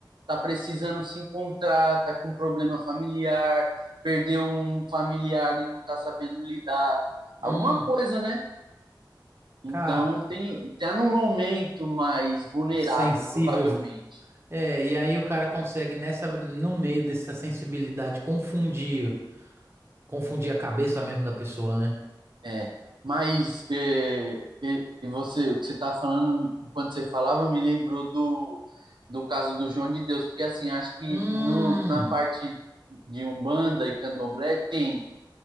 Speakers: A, on the right; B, on the right.
A: tá precisando se encontrar, tá com problema familiar, perdeu um familiar e não tá sabendo lidar, alguma
B: hum,
A: coisa, né? Então
B: cara,
A: tem tá num momento mais vulnerável,
B: sensível.
A: provavelmente.
B: É, e aí o cara consegue nessa no meio dessa sensibilidade confundir, confundir a cabeça mesmo da pessoa, né?
A: É, mas é, e, e você, o que você está falando, enquanto você falava, me lembrou do, do caso do João de Deus, porque assim, acho que
B: Hum,
A: no, na parte de Umbanda e Candomblé tem,